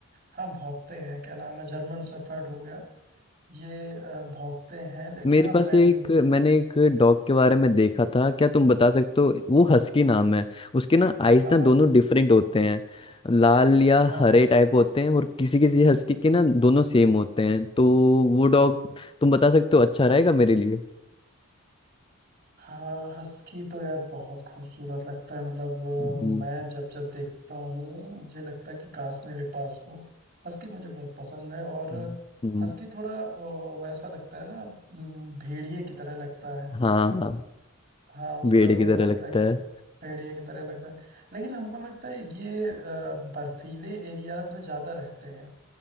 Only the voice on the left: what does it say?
मेरे
पास
एक
मैंने
एक डॉग के बारे में देखा था क्या तुम बता सकते हो वो हस्की नाम है उसके ना आइज
ना
दोनों डिफरेंट होते हैं लाल या
हरे टाइप होते हैं और किसी किसी हस्की के ना दोनों सेम होते हैं तो वो डॉग तुम बता सकते हो अच्छा रहेगा मेरे लिए
हम्म,
हम्म। हम्म,
हाँ
बेड़े की
तरह
लगता
है